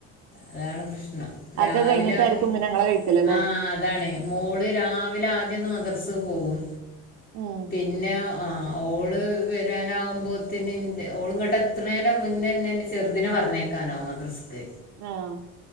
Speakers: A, on the left (about 30°); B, on the right (about 55°).
A: അതാണ് പ്രശ്നം, രാവിലെ
B: അതൊക്കെ കഴിഞ്ഞിട്ടായിരിക്കും
A: ആവുമ്പം
B: പിന്നെ ഇങ്ങളെ കഴിക്കല് ല്ലേ
A: ആഹ് അതാണെയ് മോള് രാവിലെ ആദ്യഒന്ന് മദർസ പോവും
B: ഉം.
A: പിന്നെ ആഹ്‌ ഓള് വരാനാവുമ്പോത്ത്ന് ന്റെ ഓള് ഇങ്ങോട്ട് എത്ത്ണീന്റ മുന്നന്നെ ചെറുതിന പറഞ്ഞഴക്കാനാവും മദ്രസ്ക്.
B: ആഹ്‌